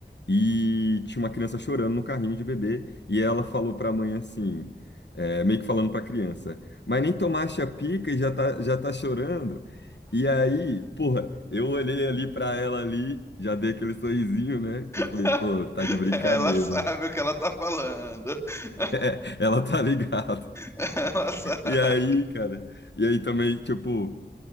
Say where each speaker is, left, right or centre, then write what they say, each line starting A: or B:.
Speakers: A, on the left; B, on the left.
A: e tinha uma criança chorando no carrinho de bebê. E ela falou pra mãe assim, é, meio que falando pra criança: Mas nem tomaste a pica e já tá, já tá chorando. E aí, porra, eu olhei ali pra ela ali, já dei aquele sorrisinho, né? Que
B: <laughs>
A: eu falei, pô, tá de brincadeira,
B: Ela sabe
A: né?
B: o que ela tá falando. <laughs>
A: <laughs> Ela tá ligada.
B: Ela sabe.
A: E aí, cara, e aí também, tipo,